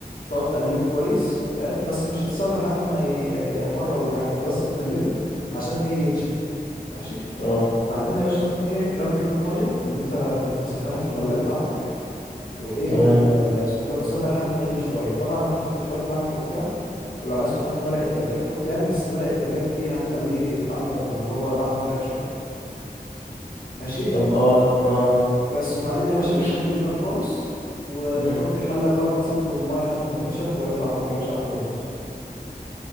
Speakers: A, on the left (about 65°); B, on the left (about 85°).
A: تقعد تقلبه كويس فاهم بس مش هتستنى لحد ما ي- يحمر ولا حاجة انت بس بتقلبه عشان ايه ينشف ماشي
B: اه
A: بعدين يا باشا تقوم ايه رامي في قول مية اللي انت مسخنها في الغلاية بتاعتك وايه
B: تمام
A: واسمه ايه ده وتستنى لحد ما يغلي شويه طبعا هتحط شويه ملح وبتاع ولو عايز تحط مرق الدجاج حط يعني بس مرق الدجاج ايه هتخليه طعمه اللي هو طعمه فراخ شويه ماشي
B: طب اه اه
A: بس وبعدين يا باشا
B: مش
A: تهدي النار خالص وتغطي
B: مم.
A: الحله بقى وتسيبه الميه لحد ما تنشف ويطلع معاك يا باشا احلى رز